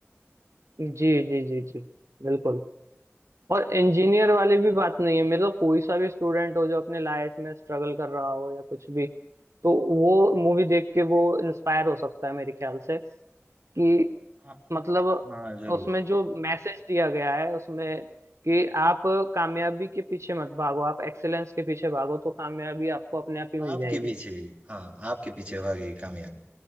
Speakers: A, on the right; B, on the right.
A: जी जी जी जी बिल्कुल और इंजीनियर वाले भी बात नहीं है मतलब कोई सा भी स्टूडेंट हो जो अपने लाइफ में स्ट्रगल कर रहा हो या कुछ भी तो वो मूवी देख के वो इंस्पायर हो सकता है मेरे ख्याल से कि
B: हाँ
A: मतलब
B: हाँ जरूर
A: उसमें जो मैसेज दिया गया है उसमें कि आप कामयाबी के पीछे मत भागो आप एक्सेलेंस के पीछे भागो तो कामयाबी आपको अपने आप ही मिल
B: आपके
A: जाएगी
B: पीछे गई हाँ आपके पीछे भागेगी कामयाबी